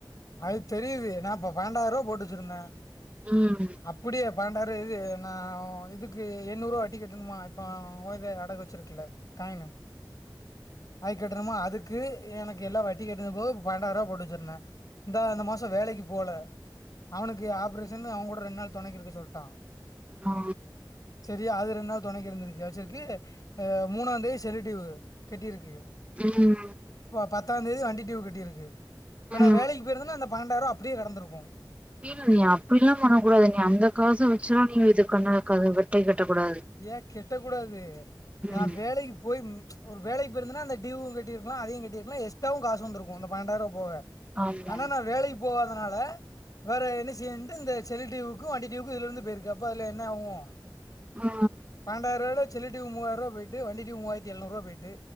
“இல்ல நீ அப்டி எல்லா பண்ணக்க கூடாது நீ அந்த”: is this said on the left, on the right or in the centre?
Right